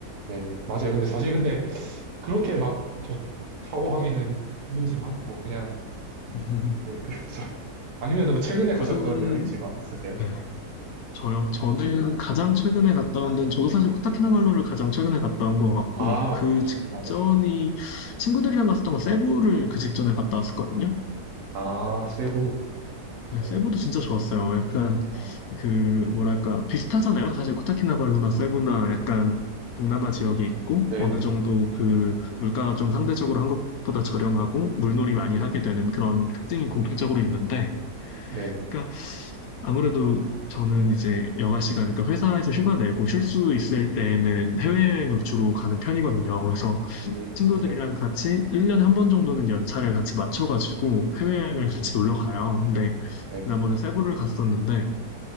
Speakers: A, on the right; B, on the left.
A: 네네, 맞아요. 근데 사실 근데 그렇게 막 좋다고 하기는 힘들지만 뭐 그냥
B: <laughs>
A: 네, 그래서 <laughs> 아니면은 뭐 최근에 가셨던
B: 요즘
A: 여행지가 있으세요?
B: 네, 저요. 저는 가장 최근에 갔다 온 데는 저도 사실 코타키나발루를 가장 최근에 갔다 온 것 같고
A: 아,
B: 그
A: 그러셨구나.
B: 직전이
A: 네.
B: 친구들이랑 갔었던 거 세부를 그 직전에 갔다 왔었거든요.
A: 아, 세부.
B: 네,
A: 어,
B: 세부도 진짜 좋았어요. 약간
A: 아,
B: 그 뭐랄까 비슷하잖아요. 사실 코타키나발루나 세부나 약간 동남아 지역이 있고
A: 네네네.
B: 어느 정도 그 물가가 좀 상대적으로 한국보다 저렴하고 물놀이 많이
A: 네,
B: 하게 되는 그런 특징이 공통적으로 있는데,
A: 네네.
B: 그러니까 아무래도 저는 이제 여가 시간, 그러니까 회사에서 휴가 내고 쉴 수 있을 때에는 해외여행을 주로 가는 편이거든요. 그래서
A: 음,
B: 친구들이랑
A: 네.
B: 같이 1년에 한 번 정도는 연차를 같이 맞춰가지고 해외여행을
A: 음,
B: 같이 놀러 가요. 근데
A: 네네.
B: 지난번에 세부를 갔었는데